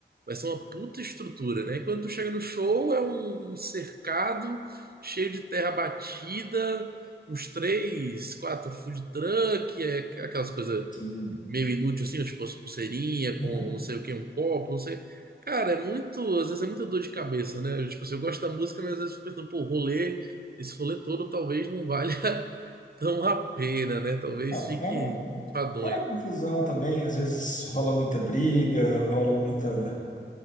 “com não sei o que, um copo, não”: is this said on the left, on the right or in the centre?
Right